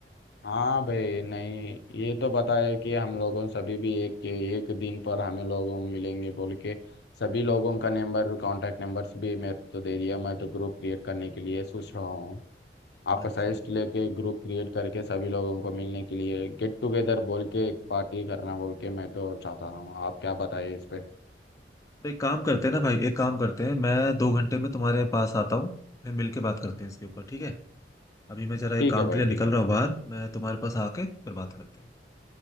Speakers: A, on the left (about 65°); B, on the left (about 20°).
A: हाँ भाई नहीं ये तो बताया कि हम लोगों सभी भी एक एक दिन पर हमें लोगों मिलेंगे बोल के सभी लोगों का नंबर कांटेक्ट नंबर्स भी मेरे को तो दे दिया मैं तो ग्रुप क्रिएट करने के लिए सोच रहा हूँ आपका
B: अच्छा
A: सजेस्ट लेके ग्रुप क्रिएट करके सभी लोगों को मिलने के लिए गेट टुगेदर बोल के एक पार्टी करना बोल के मैं तो चाहता हूँ आप क्या बताइए इस पे
B: तो एक काम करते हैं ना भाई एक काम करते हैं मैं दो घंटे में तुम्हारे पास आता हूँ फिर मिल के बात करते हैं इसके ऊपर ठीक है अभी मैं जरा एक
A: ठीक
B: काम
A: है
B: के
A: भाई
B: लिए निकल
A: ठीक है
B: रहा हूँ बाहर मैं तुम्हारे पास आके फिर बात करते हैं